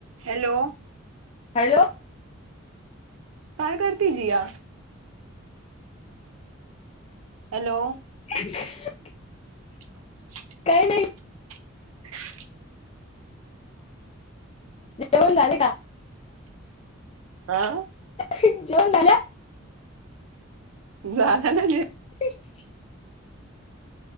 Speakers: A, on the right; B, on the left.
A: Hello
B: hello
A: काय करती Jiya hello
B: <unintelligible>
A: <inaudible>
B: काही नाही जेवण झाले का
A: आं
B: <unintelligible> जेवण झाल
A: झाल ना जेवण
B: <unintelligible>